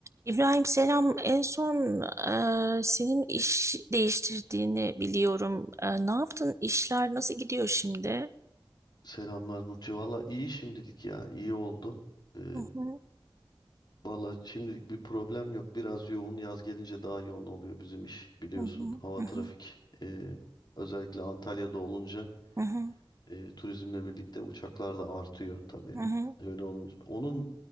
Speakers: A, on the right; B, on the left.
A: İbrahim selam. En son e, senin iş değiştirdiğini biliyorum. E, ne yaptın? İşler nasıl gidiyor şimdi?
B: Selamlar Burcu. Valla iyi şimdilik ya. iyi oldu. Ee,
A: Hı hı,
B: valla şimdilik bir problem yok. Biraz yoğun. Yaz gelince daha yoğun oluyor bizim iş. Biliyorsun
A: hı hı,
B: hava trafik.
A: hı
B: ee, özellikle Antalya'da olunca
A: hı, hı hı,
B: ee, turizmle birlikte uçaklar da artıyor tabii.
A: hı. hı.
B: Öyle olunca. Onun